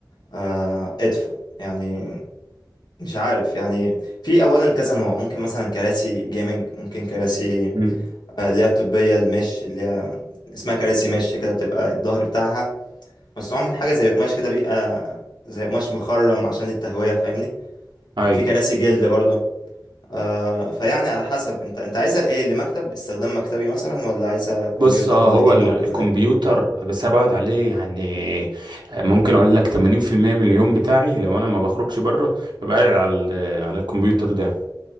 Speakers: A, on the left; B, on the right.
A: آه ادفع يعني مش عارف يعني في أولا كذا نوع ممكن مثلا كراسي جيمنج ممكن كراسي
B: امم
A: آه، اللي هي الطبية المش اللي هي اسمها كراسي مش كده بتبقى الظهر بتاعها مصنوع من حاجة زي قماش كده بيبقى زي قماش مخرم عشان التهوية فاهمني
B: اي
A: في كراسي جلد برضه آه فيعني على حسب انت انت عايزها لايه لمكتب استخدام مكتبي مثلا ولا عايزها كمبيوتر
B: بص آه،
A: ولا
B: هو
A: جيمر
B: ال-
A: ولا
B: الكمبيوتر
A: ايه
B: بس انا بقعد عليه يعني ممكن اقول لك 80% من اليوم بتاعي لو انا ما بخرجش بره ببقى قاعد على ال- على الكمبيوتر ده